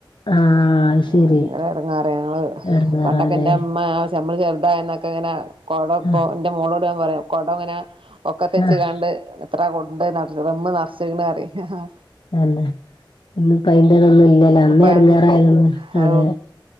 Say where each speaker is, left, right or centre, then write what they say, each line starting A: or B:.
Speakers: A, on the left; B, on the right.
A: ആഹ് അത് ശരി
B: ഞങ്ങളാ എറങ്ങാറ് ഞങ്ങള്
A: എടങ്ങേറാല്ലേ
B: പണ്ടൊക്കെ എന്റെ അമ്മ. ഞമ്മള് ചെറുതായെന്നൊക്കെ ഇങ്ങനെ കൊടം ഇപ്പോ
A: ആഹ്
B: എൻ്റെ മോളോട് ഞാൻപറയും കൊടം ഇങ്ങനെ ഒക്കത്തെച്ചുകാണ്ട്
A: ആഹ്
B: എത്ര കൊണ്ട് നെർ ഡ്രമ്മ് നെറച്ചേക്കണന്നറിയോ ഹ്ഹാ
A: അതെ ഇന്നും കയ്യിലൊന്നും ഇല്ലല്ലോ അന്നേ
B: ഇപ്പ
A: എടങ്ങേറായതല്ലേ
B: അതൊന്നുല്ല
A: അതെ.
B: ഔ